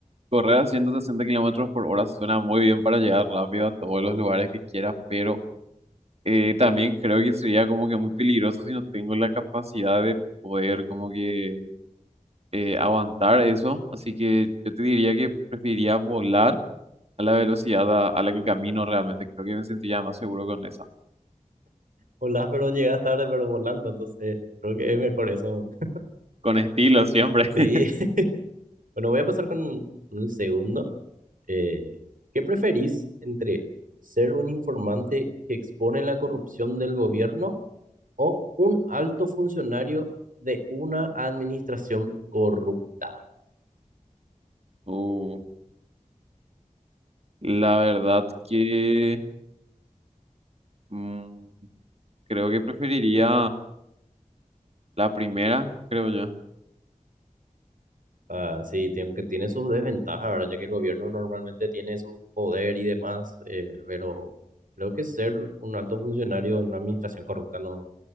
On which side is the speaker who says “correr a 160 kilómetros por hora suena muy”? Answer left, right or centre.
Right